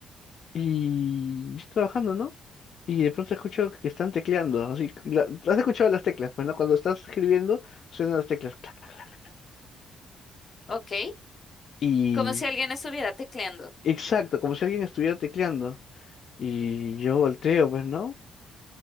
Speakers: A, on the left (about 55°); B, on the left (about 35°).
A: y yo estoy trabajando, ¿no? Y de pronto escucho que están tecleando, así, la- has escuchado las teclas, pues, ¿no? Cuando estás escribiendo, suenan las teclas, clac, clac,
B: ok.
A: y,
B: Como si alguien estuviera tecleando.
A: exacto, como si alguien estuviera tecleando, y yo volteo, pues, ¿no?